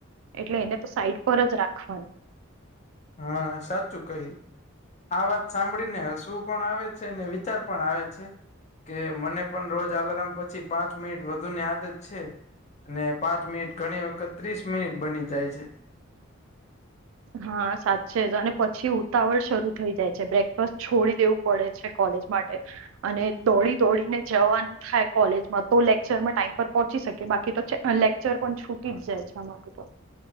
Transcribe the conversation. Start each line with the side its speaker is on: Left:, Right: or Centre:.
Right: એટલે એને તો સાઈડ પર જ રાખશું.
Left: હા સાચૂ કહ્યું આ વાત સાંભળીને શું પણ આવે છે અને વિચાર પણ આવે છે. કે મને પણ રોજ આલાર્મ પછી પાંચ મિનિટ વધુને યાદ જ છે. અને પાંચ મિનિટ ઘણી વખત ત્રીસ મિનિટ બની જાય છે.
Right: હા સાચે જ અને પછી ઉતાવળ શરૂ થઈ જાય છે બ્રેકફાસ્ટ છોડી દેવું પડે છે કોલેજ માટે અને દોડી દોડીને જવાનું થાય કોલેજમાં તો લેક્ચરમાં ટાઈમ પર પહોંચી શકે બાકી તો લેક્ચર પણ છૂટી જ જાય છે એમાંથી